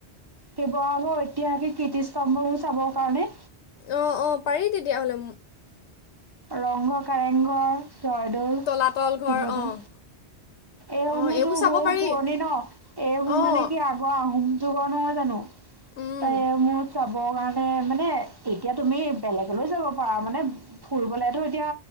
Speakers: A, on the right; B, on the left.
A: শিৱসাগৰ ঐতিহাসিক কীৰ্তিতম্ভবো চাবৰ কাৰণে।
B: অ', অ', পাৰি তেতিয়া হ'লে
A: ৰং ঘৰ, কাৰেং ঘৰ, জয়দৌল,
B: তলাতল ঘৰ
A: শিৱদৌল।
B: অ'
A: এইসমূহতো
B: অ' এইবোৰ চাব
A: বহুত
B: পাৰি
A: পুৰণি ন। এইসমূহ
B: অ'
A: মানে কি আহোম যুগৰ নহয় জানো
B: উম
A: ত মোৰ চাবৰ কাৰণে মানে এতিয়া তুমি বেলেগলৈ যাব পাৰা মানে ফুৰিবলৈতো এতিয়া